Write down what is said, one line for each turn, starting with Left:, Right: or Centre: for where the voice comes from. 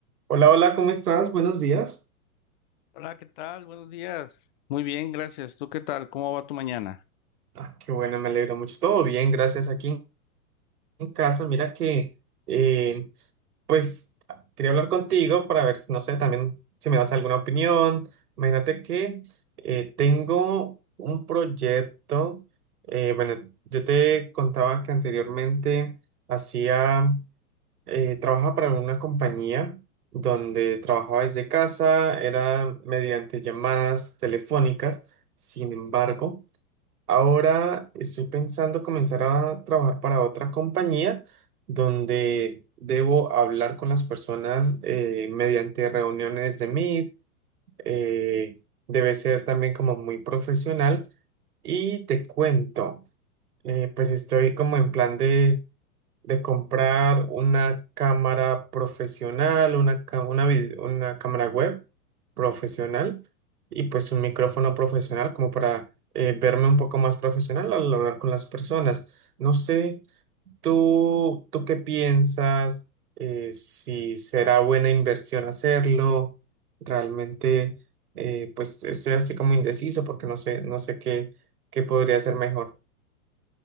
Right: Hola, hola, ¿cómo estás? Buenos días.
Left: Hola, ¿qué tal? Buenos días. Muy bien, gracias. ¿Tú qué tal? ¿Cómo va tu mañana?
Right: Ah, qué bueno, me alegro mucho. Todo bien, gracias. Aquí en, en casa, mira que, eh, pues, ah, quería hablar contigo para ver, si, no sé, también si me das alguna opinión. Imagínate que eh, tengo un proyecto, eh, bueno, yo te contaba que anteriormente hacía, eh, trabajaba para una compañía donde trabajaba desde casa, era mediante llamadas telefónicas. Sin embargo, Ahora estoy pensando comenzar a trabajar para otra compañía donde debo hablar con las personas eh, mediante reuniones de Meet. eh, debe ser también como muy profesional. Y te cuento, eh, pues estoy como en plan de de comprar una cámara profesional, una, ca- una, vid- una cámara web profesional y pues un micrófono profesional como para eh, verme un poco más profesional al hablar con las personas. No sé, ¿tú, tú qué piensas? Eh, si será buena inversión hacerlo, realmente eh, pues estoy así como indeciso porque no sé, no sé qué, qué podría ser mejor.